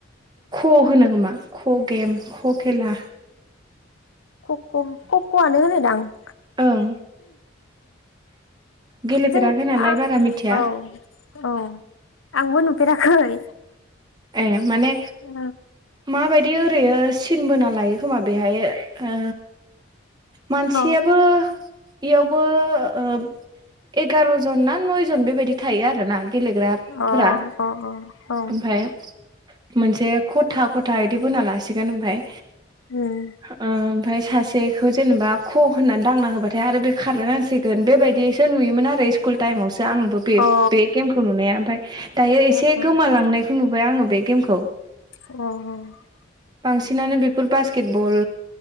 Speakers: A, on the right; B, on the left.
A: ख होनो खोमा। ख' गेम ख' खेला
B: खक' कक खक' आनो होनो दां। <inaudible>
A: ओं गेलेफेराखै
B: जों
A: नालाय
B: आ
A: बारा मिथिया
B: औ औ। आंबो नुफेराखै।
A: ए माने
B: औ
A: माबायदि ओरैयो। सिन बोना लायो खोमा बेहाय ओ मानसियाबो।
B: अ
A: इयावबो ओ एगार' जन ना नयजन बेबायदि थायो आरो ना। गेलेग्राफोरा
B: अ अ औ
A: ओमफ्राय। मोनसे खथा खथा इदि बोना लासिगोन ओमफ्राय।
B: उम
A: अ ओमफ्राय सासे बेखौ जेनेबा ख' होननानै दांना होबाथाय आरो बे खारलायनांसिगोन बेबायदिसो नुयोमोन आरो स्कुल टाइमावसो आंबो बे
B: अ ओ
A: बे गेमखौ नुनाया ओमफ्राय दायो
B: ओ अ
A: एसे
B: औ
A: गोमालांनायखौ नु आङो बे गेमखौ।
B: अ।
A: बांसिनानो बेफोर बास्केट बल।